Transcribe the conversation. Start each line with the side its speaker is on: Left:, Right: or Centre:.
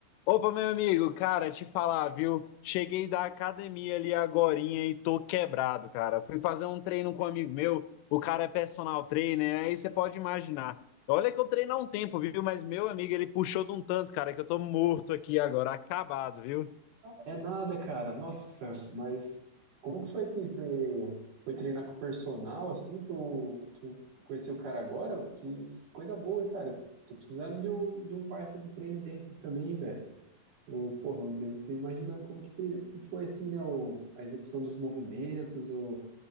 Left: Opa, meu amigo, cara, te falar, viu? Cheguei da academia ali agorinha e tô quebrado, cara. Fui fazer um treino com um amigo meu, o cara é personal trainer, aí você pode imaginar. Olha que eu treino há um tempo, viu? Mas meu amigo, ele puxou de um tanto, cara, que eu tô morto aqui agora, acabado, viu?
Right: É nada, cara. Nossa, mas como que foi assim? Você foi treinar com o personal, assim? Tu, tu conheceu o cara agora? Que, que coisa boa, cara. Tô precisando de um, de um parça de treino desses também, velho. O, porra, eu devo ter imaginando como que, te- que foi, assim, né? O, a execução dos movimentos, o,